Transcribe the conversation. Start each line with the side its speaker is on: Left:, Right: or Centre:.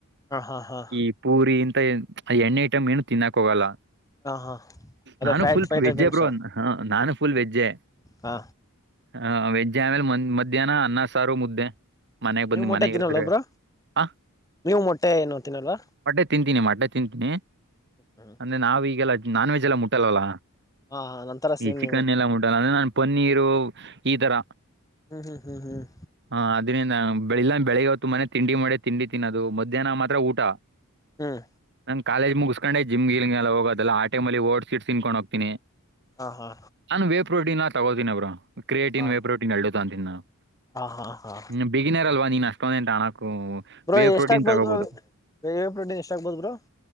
Left: ಹಾ ಹಾ ಹಾ
Right: ಈ ಪೂರಿ ಇಂತ ಆ ಎಣ್ಣೆ ಐಟಮ್ ಏನು ತಿನ್ನಕ್ ಹೋಗಲ್ಲ
Left: ಹ ಹಾ ಅದೇ
Right: ನಾನು
Left: ಫ್ಯಾಟ್
Right: ಫುಲ್
Left: ಫ್ಯಾಟ್
Right: ವೆಜ್ಜೆ
Left: ಐಟಮ್ಸ್
Right: ಬ್ರೋ ಹ ನಾನು ಫುಲ್ ವೆಜ್ಜೆ
Left: ಹಾ
Right: ಹ ವೆಜ್ಜೆ ಆಮೇಲೆ ಮನ್ ಮಧ್ಯಾಹ್ನ ಅನ್ನ ಸಾರು ಮುದ್ದೆ ಮನೆಗ
Left: ನೀವು
Right: ಬಂದ
Left: ಮೊಟ್ಟೆ
Right: ಮನೆಗಿದ್ರೆ
Left: ತಿನ್ನಲ್ವ ಬ್ರೋ
Right: ಆ
Left: ನೀವು ಮೊಟ್ಟೆ ಏನು ತಿನ್ನಲ್ವಾ
Right: ಮಟ್ಟೆ ತಿಂತೀನಿ ಮಟ್ಟೆ ತಿಂತೀನಿ
Left: ಹ್ಮ್
Right: ಅಂದ್ರೆ ನಾವ್ ಈಗೆಲ್ಲ ನಾನ್ ವೆಜ್ ಎಲ್ಲ ಮುಟ್ಟಲ್ವಲ್ಲ
Left: ಹಾ ನಂತರ ಸೇಮ್
Right: ಈ ಚಿಕನ್
Left: ನೀವು
Right: ಎಲ್ಲ ಮುಟ್ಟಲ್ಲ ಅಂದ್ರೆ ನನ್ ಪನ್ನೀರು ಈ ತರ
Left: ಹ್ಮ್ ಹ್ಮ್ ಹ್ಮ್ ಹ್ಮ್
Right: ಹಾ ಅದ್ರಿಂದ ಬೆಳಲ್ಲ ಬೆಳಿಗ್ಗೆ ಹೊತ್ತು ಮನೆ ತಿಂಡಿ ಮಾಡೆ ತಿಂಡಿ ತಿನ್ನೋದು ಮಧ್ಯಾಹ್ನ ಮಾತ್ರ ಊಟ
Left: ಹ್ಮ್
Right: ನಾನು ಕಾಲೇಜ್ ಮುಗಿಸಕೊಂಡೆ ಜಿಮ್ ಗೀಲಿಂಗೆಲ್ಲ ಹೋಗದೆಲ್ಲ ಆ ಟೈಮಲ್ಲಿ ಓಡ್ಸಿಟ್ ತಿನ್ಕೊಂಡು ಹೋಗ್ತೀನಿ
Left: ಹಾ ಹಾ
Right: ನಾನು ವೇ ಪ್ರೋಟೀನ್ ತಗೋತಿನಿ ಬ್ರೋ ಕ್ರಿಯೇಟಿನ್
Left: ಹಾ
Right: ವೇ ಪ್ರೋಟೀನ್ ಎರಡ ತಗೋಂತಿನಿ ನಾನು
Left: ಹಾ ಹಾ ಹಾ
Right: ಹ್ಮ್ ಬಿಗಿನೇಾರಲ್ವಾ ನೀನ್ ಅಷ್ಟೊಂದ ಎಂಟಾಣ ಕೋವಾ
Left: ಬ್ರೋ
Right: ವೇವ್ ಪ್ರೋಟೀನ್
Left: ಎಷ್ಟಾಗಗ್ಬೋದು
Right: ತಗೋಬೋದು
Left: ಬ್ರೋ ವೇ ಪ್ರೋಟೀನ್ ಎಷ್ಟಾಗಗ್ಬೋದು ಬ್ರೋ